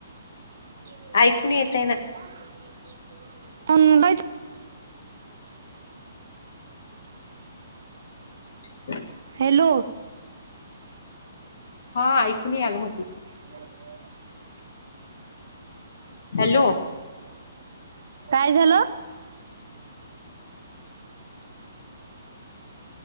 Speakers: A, on the right; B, on the left.
A: <unintelligible>
B: ऐकून येत आहे ना
A: <unintelligible>
B: <inaudible>
A: हॅलो
B: हा ऐकू नही आलं म्हटलं.
A: <inaudible>
B: हॅलो
A: काय झालं
B: <inaudible>